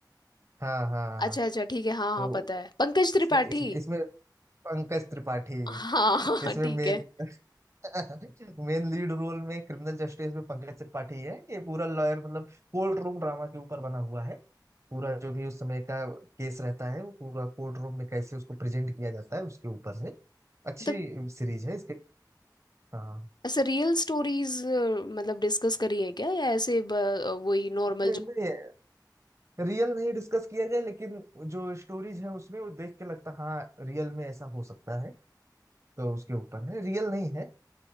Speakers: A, on the right (about 40°); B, on the left (about 70°).
A: हाँ हाँ
B: अच्छा अच्छा ठीक है हाँ
A: तो
B: हाँ पता है पंकज त्रिपाठी
A: इसमें इस- इसमें पंकज त्रिपाठी
B: हाँ <laughs> हाँ
A: इसमें
B: ठीक
A: मेन
B: है
A: <laughs> मेन लीड रोल में क्रिमिनल जस्टिस में पंकज त्रिपाठी है ये पूरा लॉयर मतलब कोर्ट रूम ड्रामा के ऊपर बना हुआ है पूरा जो भी उस समय का केस रहता है वो पूरा कोर्ट रूम में कैसे उसको प्रेजेंट किया जाता है उसके ऊपर है अच्छी
B: मतलब
A: सीरीज है इसके हाँ
B: ऐसे रियल स्टोरीज मतलब डिस्कस करी है क्या या ऐसे ब- वही नॉर्मल
A: नहीं,
B: जो
A: नहीं, रियल नहीं डिस्कस किया गया लेकिन जो स्टोरीज है उसमें वो देख के लगता है, हाँ रियल में ऐसा हो सकता है तो उसके ऊपर है रियल नहीं है